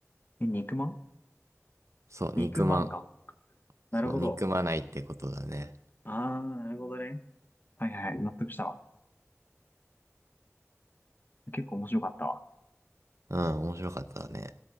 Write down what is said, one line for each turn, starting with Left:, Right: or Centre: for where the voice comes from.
Left: え、肉まん
Right: そう、
Left: 肉まんか。
Right: 憎まん。
Left: なるほど。
Right: そう、憎まないってことだね。
Left: ああ、なるほどね。はいはいはい。納得したわ。結構面白かったわ。
Right: うん、面白かったね。